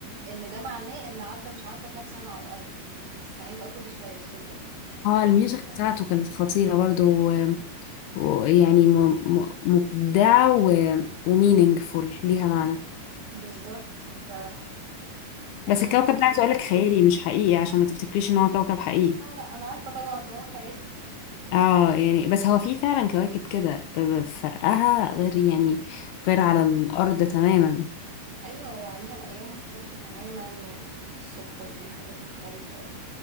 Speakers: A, on the right; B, on the left.
A: إن ده معناه إن عدى مش عارفة كام سنة على الأرض وكنت بتسمعيه بقى كل شوية الصوت ده
B: اه الميوزك
A: كان
B: بتاعته كانت خطيرة برضو و- ويعني م- م- مبدعة ومينينجفول ليها معنى
A: بالظبط ف الحاجات
B: بس الكوكب
A: دي
B: ده
A: كتيرة
B: عايزه اقول لك
A: أوي
B: خيالي مش حقيقي عشان ما تفتكريش ان هو كوكب حقيقي
A: لا لا أنا عارفة طبعا إن هو خايف
B: اه يعني بس هو في فعلا كواكب كده ب- ب- فرقها غير يعني غير على الارض تماما
A: أيوة وعليها الأيام مختلفة تماما والصبح وليل حاجات مختلفة